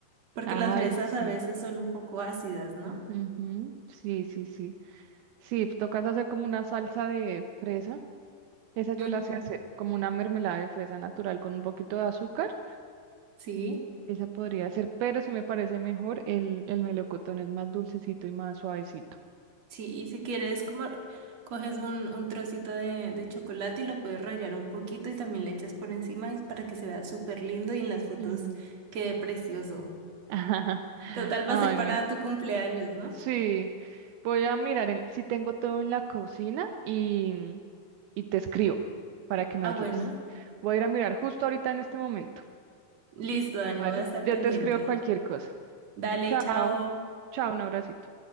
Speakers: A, on the right; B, on the right.
A: Porque
B: Ay,
A: las fresas
B: sí.
A: a veces son un poco ácidas, ¿no?
B: Ujú, Sí, sí, sí. Sí, tocas hacer como una salsa de fresa. Esa yo
A: Ujú.
B: la sé hacer, como una mermelada de fresa natural con un poquito de azúcar.
A: Sí.
B: Esa podría ser, pero sí me parece mejor el, el melocotón, es más dulcecito y más suavecito.
A: Sí, y si quieres, como coges un, un trocito de, de chocolate y lo puedes rallar un poquito y también le echas por encima y para que se vea súper lindo y en las fotos
B: Mm. <laughs>
A: quede precioso.
B: Ajá.
A: Total,
B: Ay,
A: va a ser
B: me-
A: para tu cumpleaños, ¿no?
B: sí. Voy a mirar en- si tengo todo en la cocina y, y te escribo para que me
A: Ah,
B: ayudes.
A: bueno.
B: Voy a ir a mirar justo ahorita en este momento,
A: Listo, Dani,
B: ¿vale?
A: voy a estar
B: Ya
A: pendiente.
B: te escribo cualquier cosa.
A: Dale,
B: Chao,
A: chao.
B: Chao, un abracito.